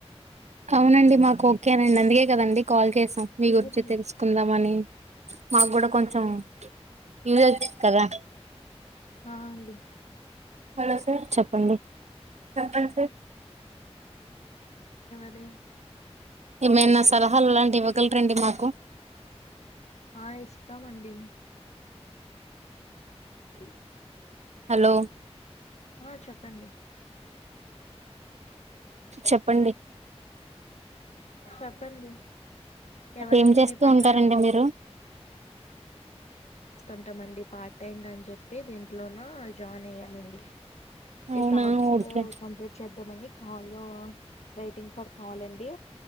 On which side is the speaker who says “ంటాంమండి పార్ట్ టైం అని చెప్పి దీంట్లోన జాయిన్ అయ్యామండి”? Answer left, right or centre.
Left